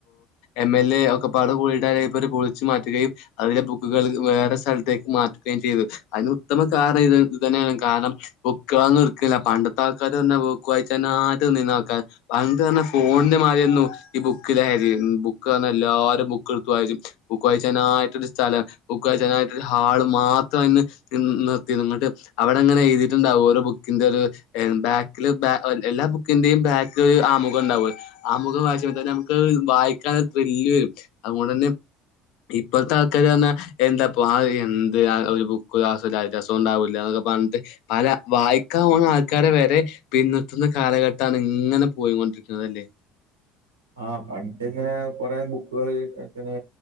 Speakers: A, on the left (about 65°); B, on the right (about 85°).
A: എം എൽ എ ഒക്കെ പാട് കൂടിട്ടര് പൊളിച്ചു മാറ്റുകയും അതിലെ ബുക്കുകൾ വേറെ സ്ഥലത്തേക്ക് മാറ്റുകയും ചെയ്തു അതിന് ഉത്തമ കാരണം ഇത് ഇത് തന്നെയാണ് കാരണം ബുക്ക്കളൊന്നും എടുക്കുകയില്ല പണ്ടത്തെ ആൾക്കാര് തന്നെ ബുക്ക്‌ വായിച്ച ആട്ടുംന്നീുന്ന ആൾക്കാർ പണ്ട് പറഞ്ഞ ഫോണിന്റെ മാതിരി ഈ ബുക്ക് ലഹരിയായിരുന്നു എല്ലാരും ബുക്ക് എടുത്തുമായിരിക്കും ബുക്ക്ഴ്ച്ചനായിട്ടൊരു സ്ഥലം ബുക്ക്‌ ക്കഴ്ച്ചനായിട്ടൊരു ഹാള് മാത്രംന്ന് നിർത്തിര്ന്ന്ട്ട് അവിടെ അങ്ങനെ എഴുതിയിട്ടുണ്ടാവും ഓരോ ബുക്കിന്റെത് എൻ ബാക്കില് ബാഎല്ലാ ബുക്കിന്റെയും ബാക്കിൽ ഒരു ആമുഖം ണ്ടാവു ആമുഖം വായിച്ച തന്നെ നമുക്ക് വായിക്കാൻ ത്രില്ല് വരും അതുകൊണ്ട് തന്നെ ഇപ്പത്തെ ആൾക്കാര് തന്നെ എന്താപ്പൊ ആഹ് എന്ത് ഒരു അഹ് ബുക്ക് <unintelligible> രസം ഉണ്ടാവൂലന്നൊക്കെ പറഞ്ഞിട്ട് പല വായിക്കാ പോണ ആൾക്കാരെ വരെ പിന്നത്തുന്ന കാലഘട്ടാണ് ഇങ്ങനെ പോയികൊണ്ടിരിക്കുന്നത് അല്ലേ
B: ആഹ് പണ്ടിങ്ങനെ കുറെ ബുക്കുകൾ ഇങ്ങൻ തന്നെ